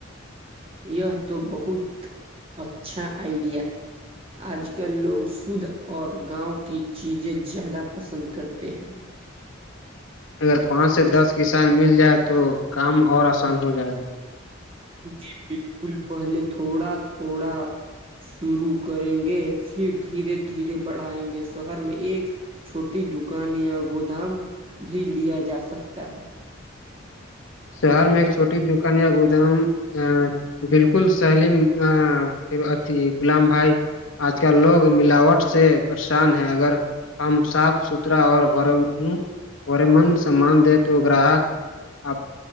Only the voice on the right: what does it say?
یہ تو بہت اچھا آئیڈیا ہے آج کل لوگ شدھ اور گاؤں کی چیزیں زیادہ پسند کرتے ہیں
جی بالکل پہلے تھوڑا تھوڑا شروع کریں گے پھر دھیرے دھیرے بڑھائیں گے شہر میں ایک چھوٹی دکان یا گودام بھی لیا جاسکتا ہے